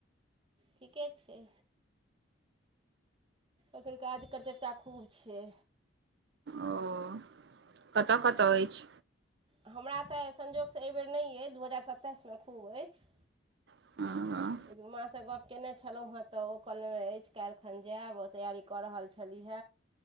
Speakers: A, on the right; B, on the right.
A: ठीके छै एखन काज चर्चा खूब छै
B: ओ <inaudible> कतय कतय अछि
A: हमरा तऽ संजोगसँ एहिबर नहि अइ दू हजार सत्ताइस मे खूब अछि
B: <unintelligible>
A: लेकिन माँ सँ गप कने छलहुँ, हँ तऽ ओ कहलनि अछि काइल खन जायब। ओ तैयारी कऽ रहल छलीह।